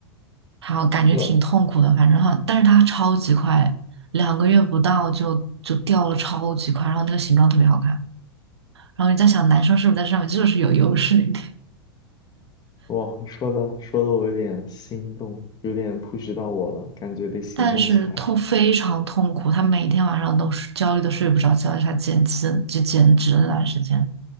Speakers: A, on the right; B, on the left.
A: 然后感觉挺痛苦的，
B: 那？
A: 反正哈，但是他超级快，两个月不到就就掉了超级快，然后那个形状特别好看。然后你在想，男生是不是在上面就是有优势一点？
B: 哇，你说的说的我有点心动，有点 push 到我了，感觉得行动起来了。
A: 但是痛非常痛苦，他每天晚上都是焦虑的睡不着觉，他减脂就减脂了那段时间，